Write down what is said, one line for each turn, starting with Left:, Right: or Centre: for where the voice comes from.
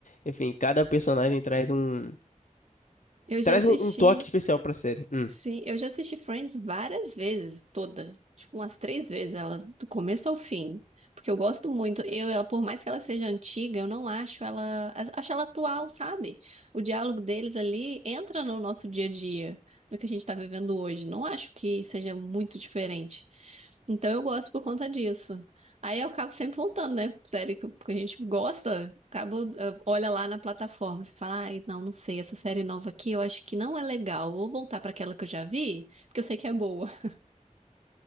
Left: Enfim, cada personagem traz um,
Right: Eu já
Left: traz
Right: assisti.
Left: um, um toque especial pra série. Hum.
Right: Sim, eu já assisti Friends várias vezes, toda. Tipo, umas três vezes, ela do começo ao fim. Porque eu gosto muito. Eu, ela, por mais que ela seja antiga, eu não acho ela. a- Acho ela atual, sabe? O diálogo deles ali entra no nosso dia a dia, no que a gente tá vivendo hoje. Não acho que seja muito diferente. Então eu gosto por conta disso. Aí eu acabo sempre voltando, né? Série que que a gente gosta, acaba, eh, olha lá na plataforma, você fala, ai, não, não sei, essa série nova aqui eu acho que não é legal. Vou voltar pra aquela que eu já vi, porque eu sei que é boa. <laughs>